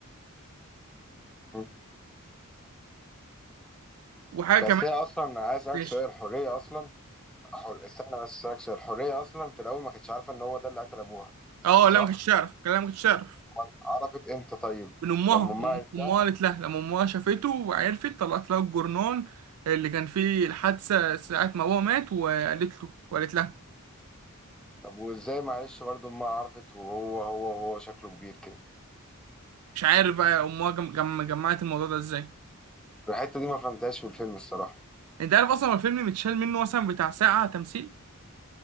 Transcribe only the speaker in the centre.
مم.
بس
هي اصلا عايز اسالك
سؤال الحريه اصلا حر... استنى بس اسالك سؤال الحريه اصلا في الاول ما كانتش عارفه ان هو ده اللي قتل ابوها
صح
امال عرفت امتى طيب
لما امها
قالت
لها
طب وازاي معلش برضه امها عرفت وهو هو هو شكله كبير كده
الحته دي ما فهمتهاش في الفيلم الصراحه